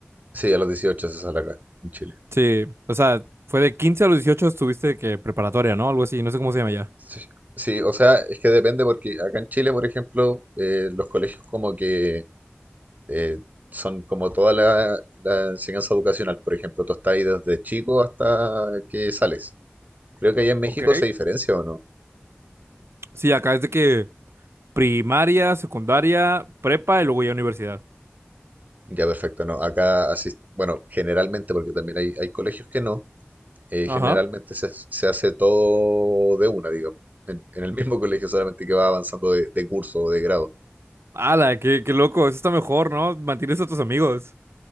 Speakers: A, on the right (about 40°); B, on the right (about 75°).
A: Sí, a los 18 se sale acá, en Chile.
B: Sí, o sea, fue de 15 a los 18 estuviste que preparatoria, ¿no? Algo así, no sé cómo se llama ya.
A: Sí, sí, o sea, es que depende porque acá en Chile, por ejemplo, eh, los colegios como que eh, son como toda la, la enseñanza educacional. Por ejemplo, tú estás ahí desde chico hasta que sales. Creo que allá en México
B: Ok.
A: se diferencia o no.
B: Sí, acá es de que primaria, secundaria, prepa y luego ya universidad.
A: Ya, perfecto, no. Acá asisto, bueno, generalmente porque también hay, hay colegios que no, eh,
B: Ajá.
A: generalmente se, se hace todo de una, digamos, en, en el mismo <laughs> colegio, solamente que va avanzando de, de curso o de grado.
B: Ala, qué, qué loco, eso está mejor, ¿no? Mantienes a tus amigos.